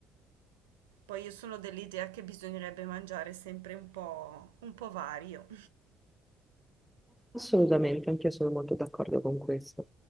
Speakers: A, on the right (about 80°); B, in the centre.
A: Poi io sono dell'idea che bisognerebbe mangiare sempre un po', un po' vario.
B: Assolutamente, anch'io sono molto d'accordo con questo.